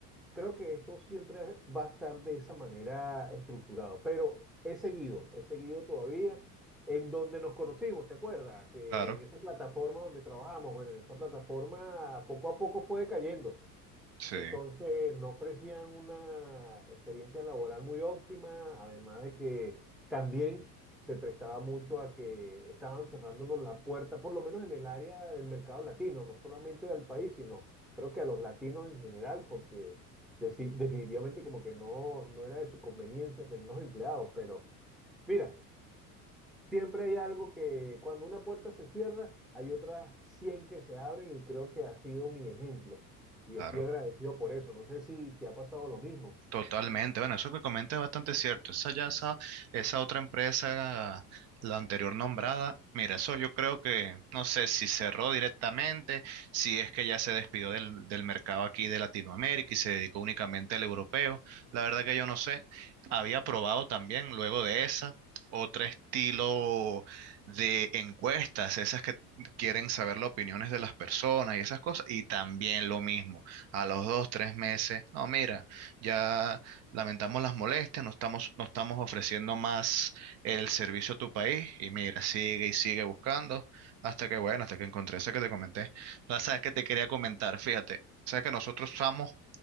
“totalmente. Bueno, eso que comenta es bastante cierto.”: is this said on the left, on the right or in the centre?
Right